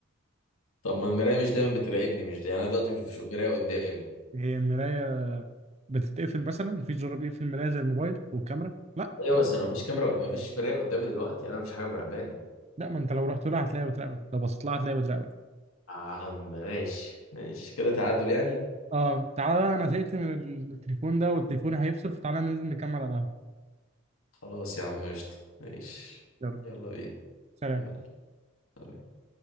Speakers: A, on the left; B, on the right.
A: طب ما المراية مش دايما بتراقبني مش يعني انا دلوقتي مش مفيش مراية قدامي
B: هي المراية بتتقفل مثلا مفيش زرار بيقفل المراية زي الموبايل والكاميرا لا
A: ايوه بس انا مفيش كاميرا قد- مفيش مراية قدامي دلوقتي انا مفيش حاجة مراقباني
B: لا ما أنت لو رحت لها هتلاقيها بتراقبك لو بصيت لها هتلاقيها بتراقبك
A: يا عم ماشي ماشي كده تعادل يعني
B: اه تعالى بقى انا زهقت من التليفون ده والتليفون هيفصل فتعالى ننزل نكمل على القهوة
A: خلاص يا عم قشطة ماشي
B: يلا
A: يلا بينا
B: سلام
A: يلا سلام.